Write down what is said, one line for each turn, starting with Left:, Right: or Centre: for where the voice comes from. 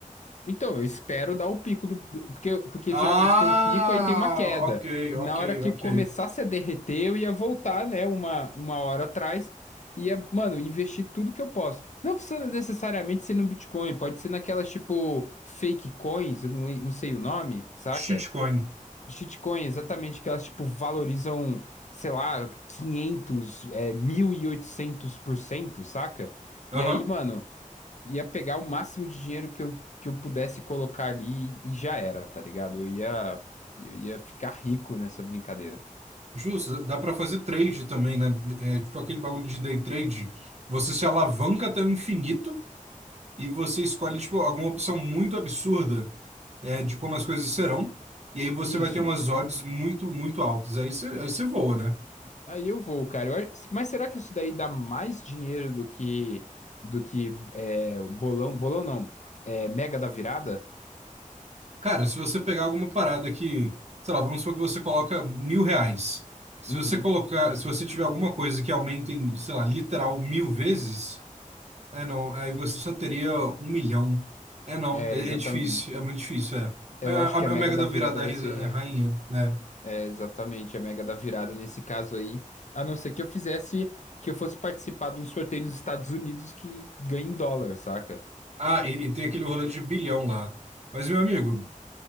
Left: Então, eu espero dar o pico do, do- porque, porque
Right: Ah,
Left: geralmente tem um pico, aí tem uma queda.
Right: ok,
Left: Na
Right: ok,
Left: hora que
Right: ok.
Left: começasse a derreter, eu ia voltar, né, uma, uma hora atrás, ia, mano, investir tudo que eu posso. Não precisa necessariamente ser no Bitcoin, pode ser naquelas, tipo, fake coins, eu não, le- não sei o nome, saca?
Right: Shitcoin.
Left: Shitcoin, exatamente, que elas, tipo, valorizam, sei lá, 500, é, mil e oitocentos por cento saca?
Right: Aham.
Left: E aí, mano. ia pegar o máximo de dinheiro que eu, que eu pudesse colocar ali e já era, tá ligado? Eu ia, eu ia ficar rico nessa brincadeira.
Right: Justo, dá pra fazer trade também, né? É, tipo aquele bagulho de day trade. Você se alavanca até o infinito e você escolhe, tipo, alguma opção muito absurda, é, de como as coisas serão. E aí você
Left: Isso.
Right: vai ter umas odds muito, muito altas. Aí você, aí você voa, né?
Left: Aí eu vou, cara. Eu acho- mas será que isso daí dá mais dinheiro do que do que é, o bolão? Bolão não. É, Mega da Virada?
Right: Cara, se você pegar alguma parada que, sei lá, vamos supor que você coloca mil reais. Se
Left: Uhum.
Right: você colocar, se você tiver alguma coisa que aumente em, sei lá, literal mil vezes, é não, aí você só teria um milhão. É não,
Left: É,
Right: é,
Left: exatamente.
Right: é difícil, é muito difícil, é.
Left: Eu
Right: É, a,
Left: acho que
Right: a
Left: a Mega
Right: Mega
Left: da
Right: da
Left: Virada
Right: Virada
Left: vai
Right: é a risa-
Left: ser.
Right: é a rainha, né?
Left: É, exatamente, a Mega da Virada nesse caso aí. A não ser que eu fizesse, que eu fosse participar de um sorteio nos Estados Unidos que ganha em dólar, saca?
Right: Ah, e, e tem aquele rolê de bilhão lá. Mas, meu amigo,